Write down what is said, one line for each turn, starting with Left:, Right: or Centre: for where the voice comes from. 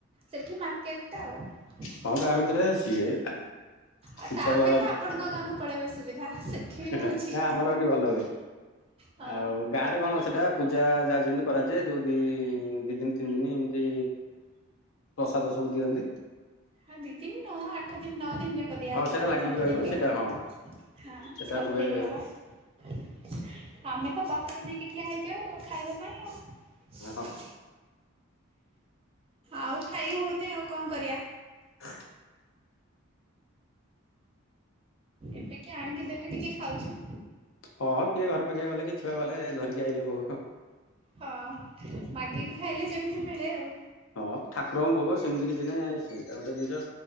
Right: ସେଠି ମାର୍କେଟ ଟା ଆଉ।
Left: ହଁ ଗାଁ ଭିତରେ ସିଏ
Right: ଆଉ
Left: ପୂଜା
Right: ତା ଅପେକ୍ଷା
Left: ବା
Right: ଆପଣଙ୍କ ଗାଁକୁ ପଳେଇବା ସୁବିଧା। ବି
Left: ହେ
Right: ହଉଛି
Left: ହେ ଆମର ଏଠି ଭଲ ହୁଏ
Right: ହଁ।
Left: ଆଉ ଗାଁରେ କଣ ସେଟା ପୂଜା ଯାହା ଯେମିତି କରାଯାଏ ଯୋଉ ଦି ଦି ଦିନ ତିନି ଦିନ ଏମିତି ପ୍ରସାଦ ସବୁ ଦିଅନ୍ତି।
Right: ହଁ ଦି ଦିନ ନ ଆଠ ଦିନ ନଅ ଦିନ ଯାକ ଦିଆ
Left: ହଁ
Right: ହବ
Left: ସେଇଟା
Right: ନା
Left: ଲାଗିକି
Right: ସବୁଦିନ
Left: ରହିବ
Right: ଦିଆହବ
Left: ସେଇଟା ହଁ
Right: ହ
Left: ସେଇଟା
Right: ସବୁଦିନ
Left: ରୁହେ
Right: ହବ। ଆମେ ତ ପତ୍ର ନେଇକି ଠିଆ ହେଇଯାଉ ଖାଇବା ପାଇଁ ଆଉ।
Left: ହଁ
Right: ଆଉ ଖାଇ ହଉନି ଆଉ କଣ କରିବା।
Left: ହଁ <inaudible>
Right: ଟିକି ଆଣିକି ଦେଲେ ଟିକେ ଖାଉଛୁ।
Left: ହଁ କିଏ ଘର ପାଖିଆ ଗଲେ କି ଛୁଆ ଗଲେ ଧରିକି ଆଇଲେ ଭୋଗ
Right: ହଁ ମାଗିକି ଖାଇଲେ ଯେମିତି ମିଳେ ଆଉ।
Left: ହଁ ଠାକୁରଙ୍କ ଭୋଗ ସେମିତି କିଛି ନାଇଁ ସେଇଟା ଗୋଟେ ଜିନିଷ